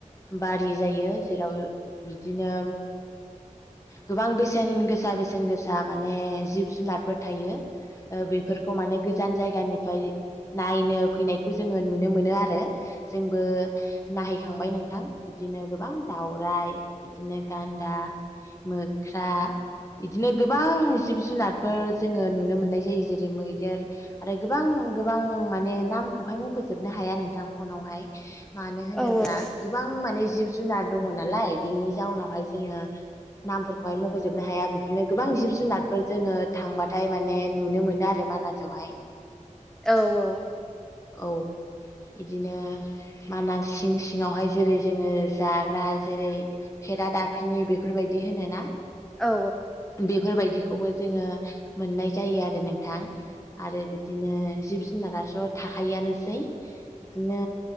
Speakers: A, on the left; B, in the centre.
A: बारि जायो जेराव बिदिनो गोबां बेसेन गोसा बेसेन गोसा माने जिब जुनारफोर थायो। ओ बेफोरखौ माने गोजान जायगानिफ्राय नायनो फैनायखौ जोङो नुनो मोनो आरो जोंबो नायहैखांबाय नोंथां बिदि बिदिनो गोबां दाउराइ बिदिनो गान्दा मोख्रा बिदिनो गोबां जिब जुनारफोर जोङो नुनो मोननाय जायो जेरै मैदेर आरो गोबां गोबां माने नामखौहाय मख'जोबनो हा हाया नोंथां फनावहाय मानो होनोब्ला
B: औ औ औ
A: गोबां माने जिब जुनार दङ नालाय बिनि जाउनावहाय जोङो नामफोरखौहाय मख'जोबनो हाया बिदिनो गोबां जिब जुनारफोर जोङो थांबाथाय माने नुनो मोना आरो मानासावहाय
B: औ औ
A: औ बिदिनो मानास सिं सिङावहाय जेरै जोङो जाग्रा जेरै खेरादाफिनि बेफोरबायदि होनोना
B: औ
A: बेफोरबायदि बेखौबो जोङो मोननाय जायो आरो नोंथां। आरो बिदिनो जिब जुनाराथ' थाखायोआनोसै बिदिनो